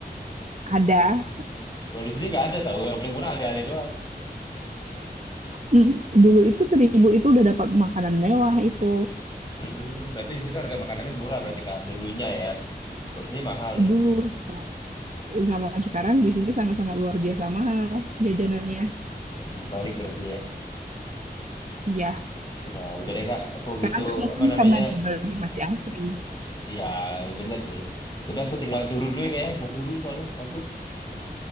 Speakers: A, on the right (about 45°); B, on the left (about 25°).
A: Ada.
B: Kalau di sini nggak ada tahu, yang paling murah alih-alih doang.
A: Mm, Dulu itu seribu itu udah dapat makanan mewah itu.
B: Hmm, berarti di situ harga makanannya murah berarti Kak, dulunya ya. Kalau di sini mahal berarti.
A: Dulu seka- zaman sekarang di sini sangat-sangat luar biasa mahal jajanannya.
B: Jadi kebalik berarti ya.
A: Iya.
B: Ya, udah deh Kak, aku
A: Karena
B: gitu,
A: kan mungkin
B: apa namanya,
A: karena di Bali masih asri.
B: ya bener sih. Udah aku tinggal turun dulu ya Kak ya, mau turun soalnya, ngantuk.